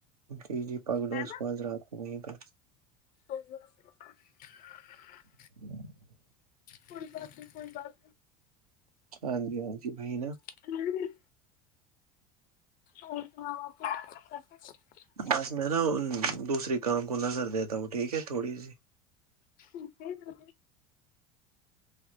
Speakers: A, on the right; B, on the left.
A: جی جی پگڑو
B: ہے
A: اس
B: نا
A: رات کو وہیں پہ
B: <unintelligible>
A: <inaudible> <unintelligible>
B: کوئی بات نہیں کوئی بات
A: ہاں جی ہاں جی وہی نا
B: نہیں۔ اور سناؤ <unintelligible>
A: بس میں نا دوسرے کام کو نظر دیتا ہوں ٹھیک ہے تھوڑی سی
B: ٹھیک ہے تو